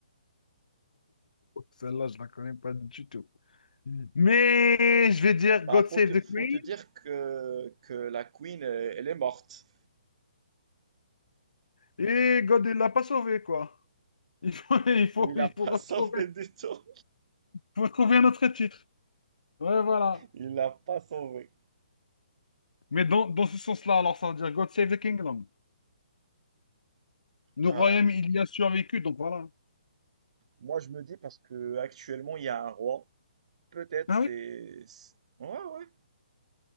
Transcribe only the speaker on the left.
Celle-là, je la connais pas du tout. Mais je vais dire God
Save
the
Queen
et God ne l'a pas sauvé, quoi. Il faut, <laughs> il faut,
il
faut retrouver,
faut retrouver un autre titre. Ouais, voilà.
Mais dans, dans ce sens-là, alors ça veut dire God Save the Kingdom. Le
royaume, il y a survécu, donc voilà.
Ah
oui?